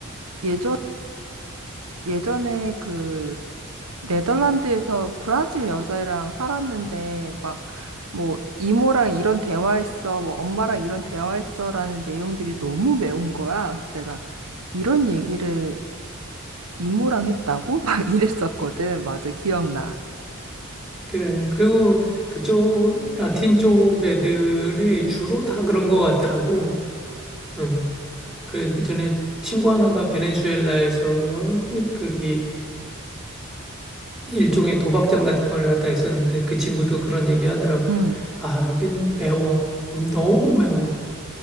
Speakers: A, on the right (about 85°); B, in the centre.
A: 예전, 예전에 그, 네덜란드에서 브라질 여자애랑 살았는데, 막, 뭐, 이모랑 이런 대화했어, 뭐, 엄마랑 이런 대화했어라는 내용들이 너무 매운 거야. 그래서 내가 이런 얘기를 이모랑 했다고? <laughs> 막 이랬었거든. 맞아, 기억나.
B: 그래. 그리고 그쪽 라틴 쪽 애들이 주로 다 그런 것 같더라고. 음. 그래, 그 전에 친구 하나가 베네수엘라에서 그기 일종의 도박장 같은 걸 갖다 했었는데 그 친구도 그런 얘기 하더라고.
A: 응.
B: 아, 여긴 매워. 음, 너무 매워.